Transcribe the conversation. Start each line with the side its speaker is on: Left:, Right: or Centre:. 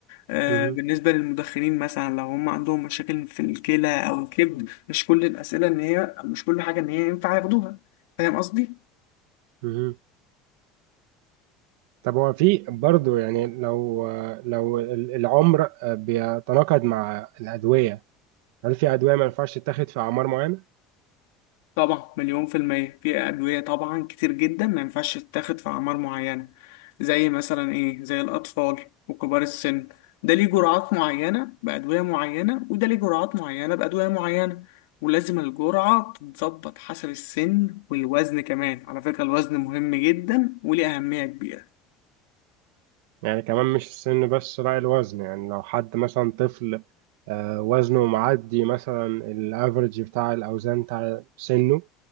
Left: آه
Right: مهم.
Left: بالنسبه للمدخنين مثلا لو هم عندهم مشاكل في الكلى او الكبد مش كل الاسئله ان هي مش كل حاجه ان هي ينفع ياخدوها فاهم قصدي
Right: مهم. طب هو في برضه يعني لو لو ال- العمر بيتناقض مع الأدوية هل في أدوية ما ينفعش تتاخد في أعمار معينة؟
Left: طبعا مليون في المية في أدوية طبعا كتير جدا ما ينفعش تتاخد في أعمار معينة زي مثلا إيه زي الأطفال وكبار السن ده ليه جرعات معينة بأدوية معينة وده ليه جرعات معينة بأدوية معينة ولازم الجرعة تتظبط حسب السن والوزن كمان على فكرة الوزن مهم جدا وليه أهمية كبيرة
Right: يعني كمان مش السن بس لا الوزن يعني لو حد مثلا طفل آه، وزنه معدي مثلا الافرج بتاع الأوزان بتاع سنه